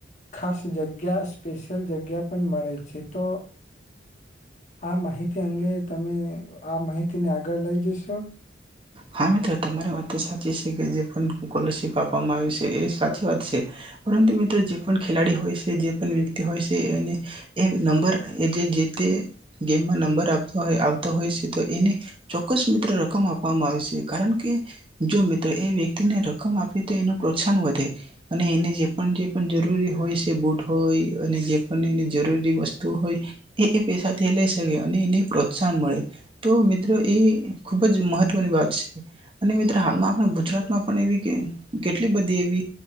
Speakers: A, on the left (about 40°); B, on the right (about 30°).
A: ખાસ જગ્યા સ્પેશિયલ જગ્યા પણ મળે છે તો આ માહિતી અંગે તમે આ માહિતીને આગળ લઈ જશો?
B: હા, મિત્રો તમારી વાત સાચી છે કે જે પણ સ્કોલરશીપ આપવામાં આવી છે એ સાચી વાત છે પરંતુ મિત્ર જે પણ ખેલાડી હોય છે જે પણ વ્યક્તિ હોય છે એને એ નંબર એ જે-જે એ ગેમમાં નંબર આપવા આવતો હોય છે તો એને ચોક્કસ મિત્ર <unintelligible> આપવામાં આવે છે કારણ કે જો મિત્રો એ વ્યક્તિને રકમ આપી તો એનું પ્રોત્સાહન વધે અને એને જે પણ જે પણ જરૂરી હોય છે બૂટ હોય અને જે પણ એ જરૂરી વસ્તુ હોય એ એ પૈસાથી લઈ શકે અને એને પ્રોત્સાહન મળે તો મિત્રો એ ખૂબ જ મહત્વની વાત છે અને મિત્ર હાલમાં આપણા ગુજરાતમાં પણ એવી કે-કેટલી બધી એવી